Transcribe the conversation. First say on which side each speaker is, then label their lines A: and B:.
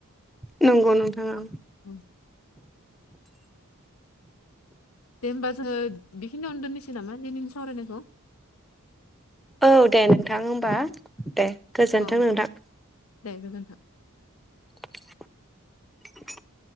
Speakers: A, in the centre; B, on the left.
A: नंगौ नोंथां ओं
B: उम दे होमबा जोङो बेखिनियावनो दोननिसै नामा दिनैनि सावरायनायखौ
A: औ दे नोंथां होमबा दे गोजोनथों
B: औ
A: नोंथां
B: दे गोजोनथों।
A: <inaudible>